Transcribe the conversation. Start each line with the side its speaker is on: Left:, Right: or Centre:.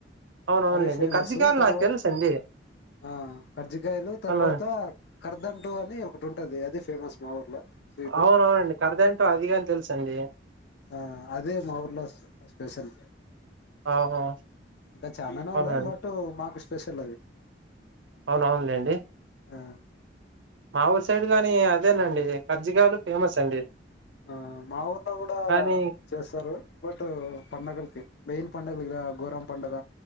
Right: అవునవునులేండి
Left: అవి ఫేమస్
Right: కర్జికాయలు
Left: తర్వాత
Right: నాకు తెలుసండి
Left: ఆ కర్జికయలు తర్వాత
Right: అవున
Left: కర్దంటు అని ఒకటి ఉంటది అది ఫేమస్ మా ఊర్లో స్వీట్
Right: అవునవునండి కరదంటో అది గాని తెలుస్ అండి
Left: ఆ అదే మాఊర్లో స్పెషల్
Right: ఆహా
Left: ఇంకా చాలానే
Right: అవునండి
Left: ఉన్నాయి బట్ మాకు స్పెషల్ అవి
Right: అవున అవునులేండి
Left: ఆ
Right: మా ఊరు సైడ్ గాని అదేనండి కార్జికయలు ఫేమస్ అండి
Left: ఆ మా ఊర్లో కూడా
Right: కానీ
Left: చేస్తారు బట్ పండగలకి మెయిన్ పండగ <unintelligible> గుర్రం పంండగ